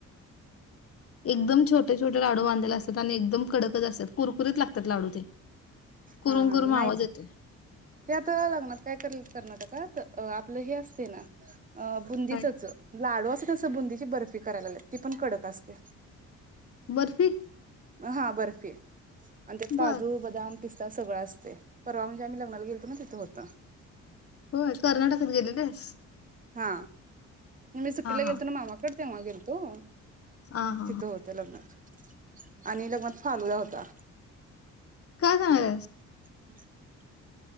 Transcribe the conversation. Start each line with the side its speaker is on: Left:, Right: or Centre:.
Left: एकदम छोटे छोटे लाडू बांध. असतात आणि एकदम कडकच असतात कुरकुरीत लागतात लाडू ते. कुरुम
Right: हा हा
Left: कुरुम
Right: नाही
Left: आवाज येतोय
Right: ते आता लग्नात काय करील कर्नाटकात अ आपलं हे असते ना, अ बुंदीचच
Left: काय
Right: लाडू अस. तसबुंदची बर्फी करायला लय ती पण कडक असते.
Left: बर्फी
Right: हा बर्फी आणि ते काजू
Left: बर
Right: बदाम पिस्ता सगळ असते परवा म्हणजे आम्ही लग्नाला गेलो ना तिथं होत
Left: हो कर्नाटकात गेले होतेस
Right: हा मी सुट्टीला
Left: हा
Right: गेलतो ना मामाकडे तेव्हा गेल तो
Left: हा हा
Right: तिथं
Left: हा
Right: होतं लग्नात आणि लग्नात फलूदा होता
Left: काय सागस
Right: क